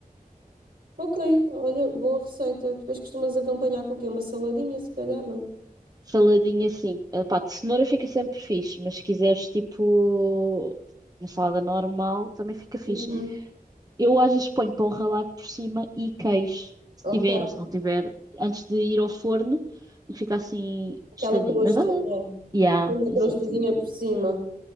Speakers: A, on the right (about 85°); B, on the right (about 25°).
A: Ok, olha, boa receita. Depois costumas acompanhar com o quê? Uma saladinha, se calhar, não?
B: Saladinha assim. Ah, pá, de cenoura fica sempre fixe, mas se quiseres tipo uma salada normal, também fica fixe.
A: Uhum.
B: Eu às vezes ponho pão ralado por cima e queijo, se
A: Ok,
B: tiver ou se não tiver, antes de ir ao forno e fica assim
A: aquela
B: tostadinho.
A: crosta,
B: Mas olha,
A: não
B: yeah,
A: é? Uma
B: exatamente.
A: crostazinha por cima.